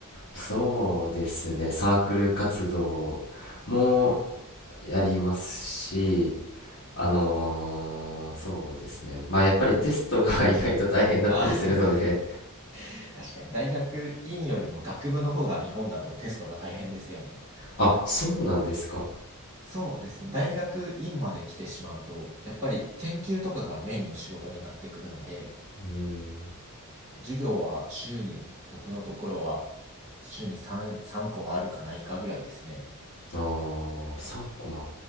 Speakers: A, on the left; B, on the right.
A: そうですね、サークル活動もやりますし、あのーそうですね。まあ、やっぱりテストが <laughs> 意外と大変だったりするので、
B: ああ、<laughs> 確かに。大学院よりも学部の方が日本だとテストが大変ですよね。
A: あ、そうなんですか。
B: そうですね。大学院まで来てしまうと、やっぱり研究とかがメインの仕事になってくるので、
A: うん、
B: 授業は週に、僕のところは週に3、3個もあるかないかぐらいですね。
A: あー、3コマ。